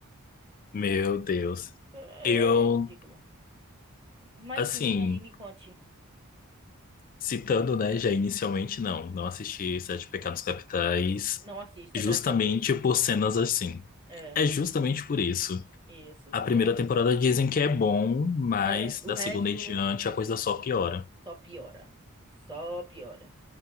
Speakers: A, on the left; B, on the right.
A: Meu Deus.
B: É,
A: Eu,
B: é ridículo. Mas
A: assim,
B: sim, e aí me conte.
A: citando, né, já inicialmente, não, não assisti Sete Pecados Capitais
B: Não assista,
A: justamente
B: graças a Deus.
A: por cenas assim.
B: É,
A: É justamente por isso.
B: isso. Então,
A: A primeira temporada dizem que é bom, mas
B: é,
A: da
B: o resto
A: segunda em diante a coisa só piora.
B: só piora. Só piora.